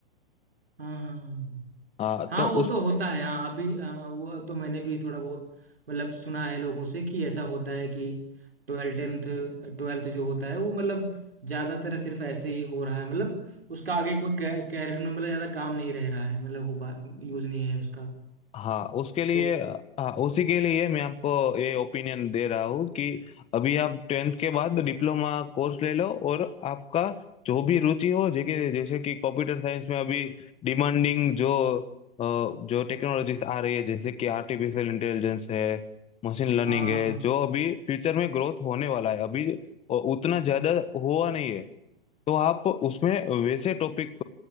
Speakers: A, on the right (about 85°); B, on the left (about 20°).
A: हाँ हाँ हाँ
B: हाँ
A: हाँ
B: तो
A: वो तो होता है हाँ अभी हाँ, वो तो मैंने भी थोड़ा बहुत मतलब सुना है लोगों से कि ऐसा होता है कि ट्वेल्थ टेंथ ट्वेल्थ जो होता है वो मतलब ज्यादातर सिर्फ ऐसे ही हो रहा है मतलब उसका आगे कोई कैरियर में मतलब ज्यादा काम नहीं रह रहा है मतलब हो पा यूज नहीं है उसका
B: हाँ उसके लिए
A: तो
B: हाँ उसी के लिए मैं आपको ये ओपिनियन दे रहा हूँ कि अभी आप टेंथ के बाद डिप्लोमा कोर्स ले लो और आपका जो भी रुचि हो जैसे जैसे कि कंप्यूटर साइंस में अभी डिमांडिंग जो अ, जो टेक्नोलॉजीज आ रही है जैसे कि आर्टिफिशियल इंटेलिजेंस है मशीन लर्निंग
A: हाँ
B: है जो अभी फ्यूचर में ग्रोथ होने वाला है अभी उतना ज्यादा हुआ नहीं है तो आप उसमें वैसे टॉपिक